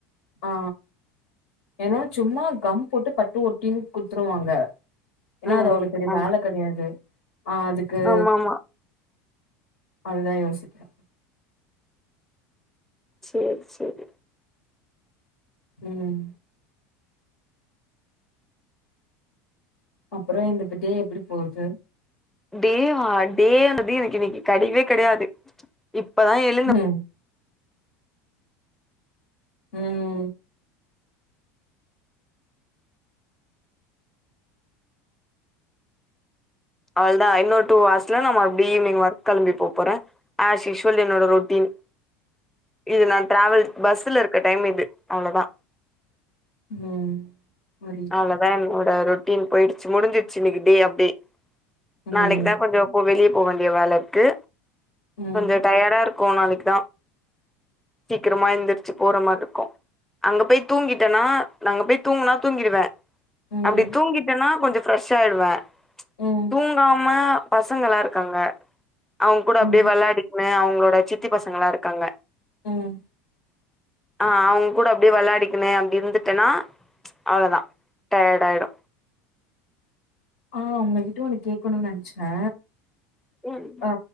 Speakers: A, on the left (about 80°); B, in the centre.
A: ஆ ஏனா சும்மா கம் போட்டு பட்டு ஒட்டின் குத்துருவாங்க என்னா
B: ம்
A: அது அவ்ளவு பெரிய
B: ஆமா
A: வேல கெடயாது ஆ அதுக்கு
B: ஆமா ஆமா
A: அதுதா யோசிச்சே
B: செரி செரி
A: ம் அப்பறோ இந்த டே எப்டி போது
B: டேயா டேயானது எனக்கு இன்னைக்கி கெடயவே கெடயாது இப்பதா எழ்
A: ம் ம்ம்
B: அவ்ளதா இன்னொரு டூ ஹவர்ஸ்ல நா மறுபடி ஈவினிங் ஒர்க் கெளம்பி போ போறே அஸ் யுஸ்வல் என்னோட ரொட்டீன் இது நா ட்ராவல் பஸ்ல இருக்க டைம் இது அவ்ளோதா
A: ம் புரியுது
B: அவ்ளோதா என்னோட ரொட்டீன் போயிடுச்சு முடிஞ்சிச்சு இன்னைக்கு டே அப்டி
A: ம்
B: நாளைக்கு தா கொஞ்சோ போ வெளிய போ வேண்டிய வேல இருக்கு
A: ம்
B: கொஞ்சோ டயர்டா இருக் போ நாளைக்கு சீக்கிரமா எந்திரிச்சு போற மாற் இருக்கு அங்க போய் தூங்கிட்டேன்னா நாங்க போய் தூங்குனா தூங்கிருவே
A: ம்
B: அப்டி தூங்கிட்டேன்னா கொஞ்சோ ஃப்ரெஷ் ஆயிடுவே
A: ம்
B: தூங்காம பசங்களா இருக்காங்க அவங்கூட
A: ம்
B: அப்டியே வெளாடி மே அவங்களோட சித்தி பசங்களா இருக்காங்க
A: ம்
B: ஆ அவங்கூட அப்டியே விளாடிக்குனே அப்டி இருந்துட்டேனா அவ்ளோ தா டயர்ட் ஆயிடு
A: ஆ உங்ககிட்ட ஒன்னு கேக்கணுனு நெனச்சே
B: ம்
A: ஆ